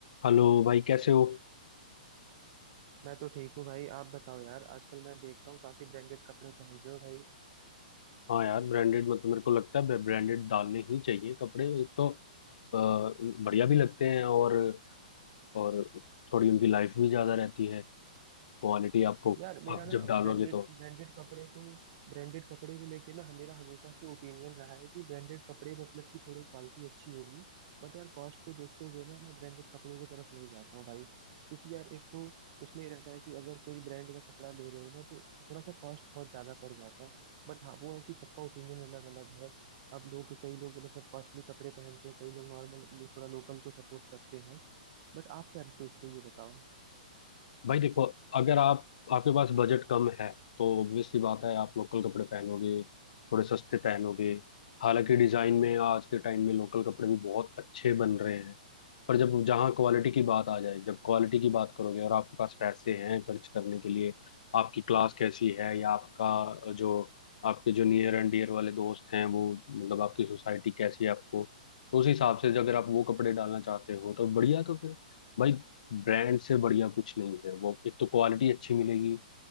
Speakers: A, on the left; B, on the right.
A: Hello भाई कैसे हो
B: मैं तो ठीक हूँ भाई आप बताओ यार आजकल मैं देख रहा हूँ काफी ब्रांडेड कपड़े पहन रहे हो भाई
A: हाँ यार ब्रांडेड मतलब मेरे को लगता है ब्रांडेड डालने ही चाहिए कपड़े एक तो अ, बढ़िया भी लगते हैं और और थोड़ी उनकी लाइफ भी ज़्यादा रहती है क्वालिटी आपको
B: यार मेरा
A: आप
B: ना
A: जब डालोगे
B: ब्रांडेड
A: तो
B: ब्रांडेड कपड़े को ब्रांडेड कपड़े को लेके ना मेरा हमेशा से ओपिनियन रहा है कि ब्रांडेड कपड़े मतलब कि थोड़ी क्वालिटी अच्छी होगी बट यार कॉस्ट को देखते हुए ना मैं ब्रांडेड कपड़ों की तरफ नहीं जाता हूँ भाई क्योंकि यार एक तो उसमें ये रहता है कि अगर कोई ब्रांड का कपड़ा ले रहे हो ना तो थोड़ा सा कॉस्ट बहुत ज्यादा पड़ जाता है बट हाँ वो है कि सबका ओपिनियन अलग अलग है अब लोग कई लोग मतलब कॉस्टली कपड़े पहनते हैं कई लोग नॉर्मल थोड़ा लोकल को सपोर्ट करते हैं बट आप क्या सोचते हो ये बताओ
A: भाई देखो अगर आप आपके पास बजट कम है तो ऑब्वियस सी बात है आप लोकल कपड़े पहनोगे थोड़े सस्ते पहनोगे हालांकि डिजाइन में आज के टाइम में लोकल कपड़े भी बहुत अच्छे बन रहे हैं पर जब जहाँ क्वालिटी की बात आ जाए जब क्वालिटी की बात करोगे और आपके पास पैसे हैं खर्च करने के लिए आपकी क्लास कैसी है या आपका जो आपके जो नियर एंड डियर वाले दोस्त हैं वो मतलब आपकी सोसाइटी कैसी है आपको तो उस हिसाब से अगर आप वो कपड़े डालना चाहते हो तो बढ़िया तो फिर भाई ब्रांड से बढ़िया कुछ नहीं है वो एक तो क्वालिटी अच्छी मिलेगी